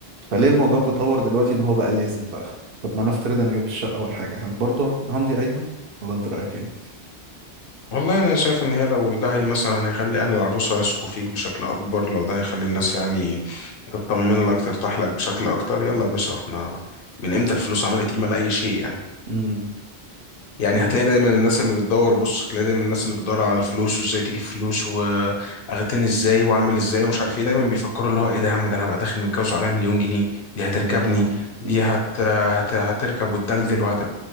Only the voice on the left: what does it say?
والله انا شايف ان هي لو ده هي مثلا هيخلي اهل العروسه يثقوا فيك بشكل اكبر لو ده هيخلي الناس يعني تطمن لك ترتاح لك بشكل اكتر يلا يا باشا احنا من امتى الفلوس عملت قيمه لاي شيء يعني
يعني
هتلاقي دايما الناس اللي بتدور بص هتلاقي دايما الناس اللي بتدور على الفلوس وازاي تجيب فلوس واغتني ازاي واعمل ازاي ومش عارف ايه دايما بيفكروا اللي هو ايه ده يا عم ده انا هبقى داخل متجوز وعليا مليون جنيه دي هتركبني
دي
هت... هت... هتركب وتدلدل وهت